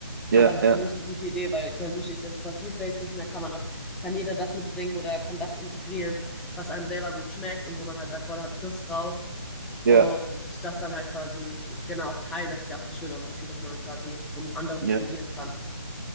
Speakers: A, on the right; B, in the centre.
A: Ja,
B: Aber das ist
A: ja,
B: doch nicht eine gute Idee, weil ich meine, Sushi ist ja super vielfältig und da kann man auch, kann jeder das mitbringen oder kann das integrieren, was einem selber gut schmeckt und wo man halt sagt, boah, da habe ich Lust drauf.
A: ja,
B: Und das dann halt quasi, genau, auch teilen. Das ist ja auch das Schöne am Sushi, dass man dann quasi vom anderen
A: ja.
B: das probieren kann.